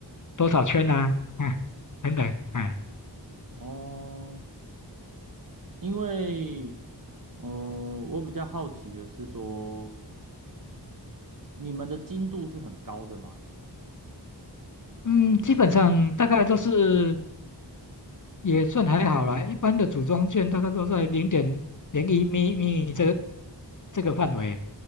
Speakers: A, on the left; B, on the right.
A: 多少圈啊，哎，等等，哎，
B: 哦，因为嗯、呃我比较好奇的是说，你们的精度是很高的嘛？
A: 嗯，基本上大概都是也算还好啦，一般的组装件大概都在零点零一米米这个这个范围，